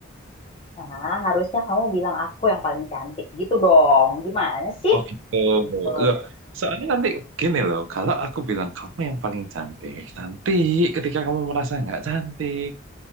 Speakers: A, on the left; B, on the right.
A: Nah, harusnya kamu bilang aku yang paling cantik gitu dong. Gimana sih?
B: Oh gitu.
A: Sebel
B: Loh,
A: deh.
B: soalnya nanti gini loh, kalau aku bilang kamu yang paling cantik, nanti ketika kamu merasa nggak cantik,